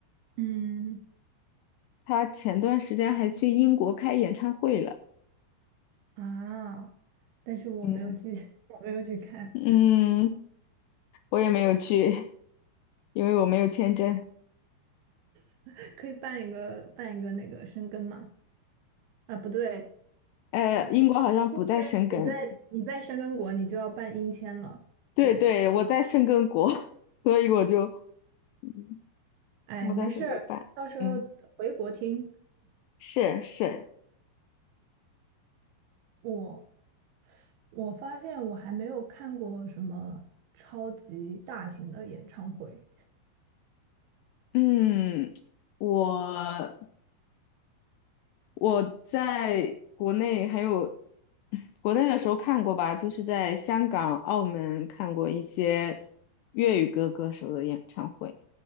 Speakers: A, on the right; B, on the left.
A: 嗯
B: 他前段时间还去英国开演唱会了。
A: 啊，但是我没有去，
B: 嗯
A: <laughs> 我没有去看，
B: 嗯，我也没有去，因为我没有签证。
A: <laughs> 可以办一个办一个那个深根吗？啊，不对，
B: 呃，
A: 你今天你在你在深根国，
B: 英国好像不在申根，
A: 你就要办英签了，
B: 对对，
A: 对。
B: 我在申根国，<laughs> 所以我就，嗯
A: 哎，
B: 我当时没办。
A: 没事儿，到时候回国听。
B: 嗯，是是，
A: 我我发现我还没有看过什么超级大型的演唱会，
B: 嗯，我。我在国内还有国内的时候看过吧，就是在香港、澳门看过一些粤语歌歌手的演唱会，